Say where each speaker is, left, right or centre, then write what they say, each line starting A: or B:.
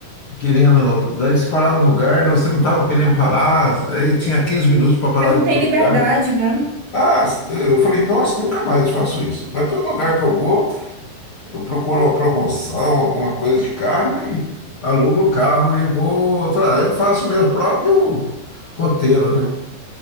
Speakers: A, on the left; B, on the right.
A: querendo. Daí você parava no lugar, não, você não estava querendo parar. Daí tinha 15 minutos para parar
B: Você não
A: no
B: tem
A: seu
B: liberdade,
A: lugar.
B: né?
A: Ah, eu falei, nossa, nunca mais faço isso. Mas todo lugar que eu vou, eu procuro uma promoção, alguma coisa de carro e alugo o carro e vou. Eu falei, ah, eu faço meu próprio roteiro, né?